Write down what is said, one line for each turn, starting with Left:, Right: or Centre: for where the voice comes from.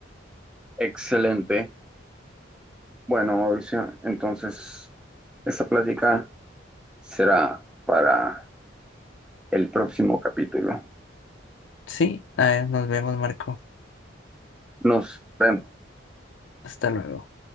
Centre: Excelente. Bueno, Mauricio, entonces esta plática será para el próximo capítulo.
Left: Sí, ah, nos vemos, Marco.
Centre: Nos vemos.
Left: Hasta luego.